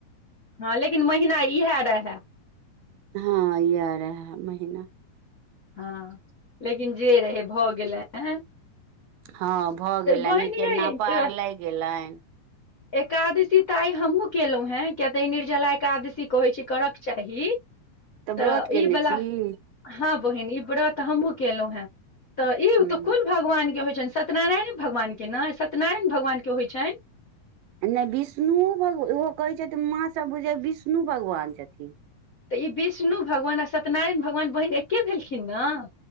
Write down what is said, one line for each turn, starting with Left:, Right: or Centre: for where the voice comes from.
Left: हँ लेकिन महीना इहे रहै
Right: हँ ईयाह रहे महीना
Left: हँ लेकिन जे रहे भऽ गेलैन
Right: हँ भऽ गेलन
Left: बहिन
Right: नीके
Left: यै
Right: ना पार लागि गेलनि
Left: एकादशी तऽ आइ हमहुँ केलहुँ हें किया तऽ ई निर्जला एकादशी कहे छै करक चाही तऽ
Right: व्रत केने
Left: ई बला
Right: छी
Left: हँ बहिन ई बरत हमहुँ केलहुँ हेँ तऽ ई
Right: ह
Left: तऽ कोन भग भगवान के होइ छनि सत्यनारायण भगवान के ने सत्यनारायण भगवान के होइ छनि
Right: नहि विष्णुओ हो भग ओहो कहैत छथिन माँसभ बुझै विष्णु भगवान छथिन
Left: तऽ ई विष्णु भगवान आ सत्यनारायण भगवान बहिन एके भेलखिन नऽ